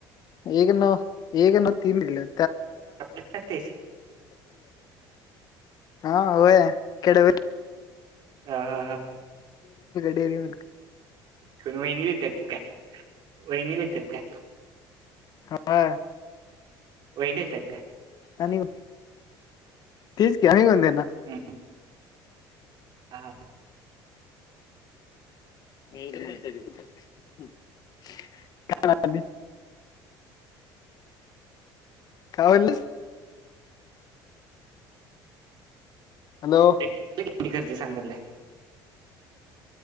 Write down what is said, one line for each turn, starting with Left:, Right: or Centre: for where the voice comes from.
Left: हग नाव हेग नव तीनले.
Right: त् तेस.
Left: हा होय केड भ.
Right: ह हा हा.
Left: डेअरी मिल्क
Right: कोण वहिनी देतात का वहिनी देतात. क.
Left: हा.
Right: होईनेतात.
Left: आणि तेच कीम्ही कोन दे ना.
Right: हम्म हा.
Left: <inaudible> कावलले हॅलो.
Right: किती खर्च सांग हॅलो